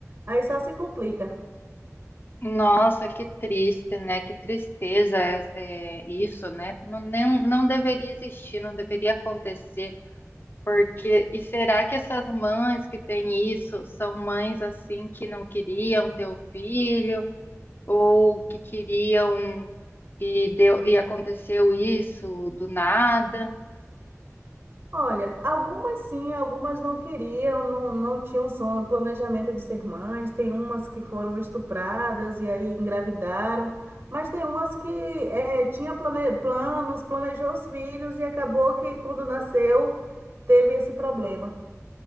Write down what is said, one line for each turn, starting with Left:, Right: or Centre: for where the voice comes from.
Right: aí só se complica.
Left: Nossa, que triste, né? Que tristeza é, é isso, né? Não, nem- não deveria existir, não deveria acontecer. Porque, e será que essas mães que têm isso são mães assim que não queriam ter o filho ou que queriam e deu, e aconteceu isso do nada?
Right: Olha, algumas sim, algumas não queriam, não, não tinham sonho, planejamento de ser mães. Tem umas que foram estupradas e aí engravidaram, mas tem umas que eh, tinha plane- planos, planejou os filhos e acabou que quando nasceu teve esse problema.